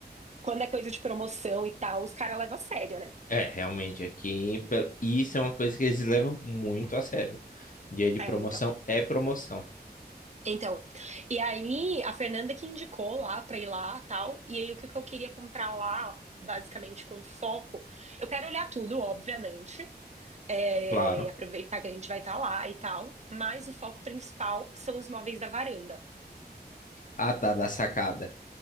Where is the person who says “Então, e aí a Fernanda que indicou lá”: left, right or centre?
Right